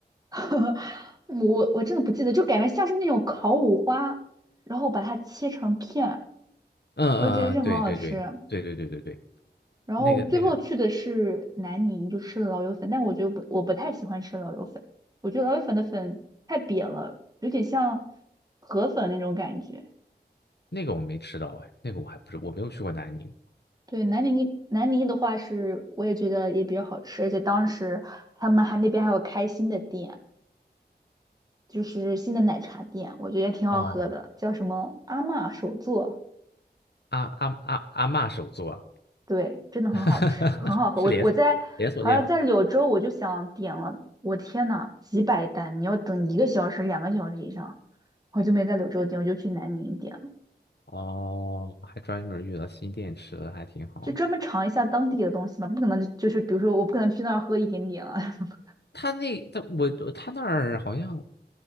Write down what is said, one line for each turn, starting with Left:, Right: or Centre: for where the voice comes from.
Right: <laughs> 我我真的不记得，就感觉像是那种烤五花，然后把它切成片，
Left: 嗯嗯嗯，
Right: 我就觉得这很好吃。
Left: 对对对对对对对对，
Right: 然后最后去的是南宁，
Left: 那个那个
Right: 就吃了老友粉，但我觉得不，我不太喜欢吃老友粉，我觉得老友粉的粉太扁了，有点像河粉那种感觉。
Left: 那个我没吃到哎，那个我还不是我没有去过南宁。
Right: 对，南宁南宁的话是，我也觉得也比较好吃，而且当时他们还那边还有开新的店，就是新的奶茶店，我觉得也挺好喝的，
Left: 哦，
Right: 叫什么阿嬷手作。
Left: 阿阿阿阿嬷手作啊，
Right: 对，真的很好吃，
Left: <laughs>
Right: 很好喝。
Left: 是连锁连锁店吗？
Right: 我我在好像在柳州，我就想点了，我天呐，几百单，你要等一个小时、两个小时以上，我就没在柳州点，我就去南宁点了，
Left: 哦，还专门遇到新电池的，还挺好的。
Right: 就专门尝一下当地的东西嘛，不可能就是比如说我不可能去那儿喝一点点啊。<laughs>
Left: 他那他我他那儿好像，